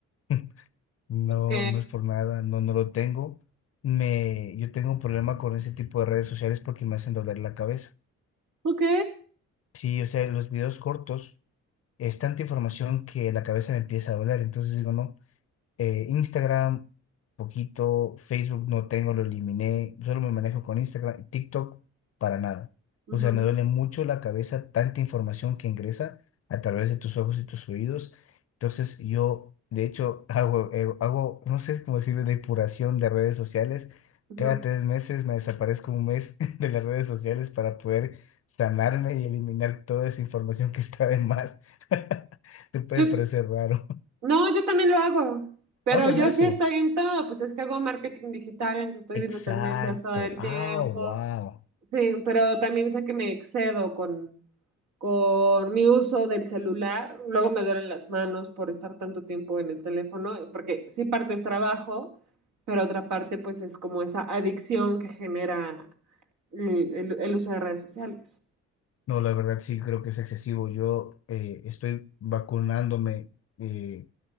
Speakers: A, on the left; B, on the right.
A: <laughs> No,
B: Ok,
A: no es por nada, no, no lo tengo. Me, yo tengo un problema con ese tipo de redes sociales porque me hacen doler la cabeza.
B: ok.
A: Sí, o sea, los videos cortos es tanta información que la cabeza me empieza a doler. Entonces digo, no. eh, Instagram, poquito, Facebook no tengo, lo eliminé, solo me manejo con Instagram, TikTok para nada.
B: Ujú,
A: O sea, me duele mucho la cabeza tanta información que ingresa a través de tus ojos y tus oídos. Entonces yo, de hecho, <laughs> hago, eh, hago, no sé cómo decirle, depuración de redes sociales.
B: ujú.
A: Cada tres meses me desaparezco un mes <laughs> de las redes sociales para poder sanarme y eliminar toda esa información que está de más. <laughs> Te puede
B: Yo,
A: parecer raro.
B: no, yo también lo hago, pero
A: Ah, buenazo.
B: yo sí estoy en todo, pues es que hago marketing digital, entonces estoy
A: Exacto.
B: viendo tendencias todo el
A: Ah,
B: tiempo,
A: wow.
B: Sí, pero también sé que me excedo con, con mi uso del celular. Luego me duelen las manos por estar tanto tiempo en el teléfono, porque sí parte es trabajo, pero otra parte pues es como esa adicción que genera el, el- el uso de redes sociales.
A: No, la verdad sí creo que es excesivo. Yo eh, estoy vacunándome eh,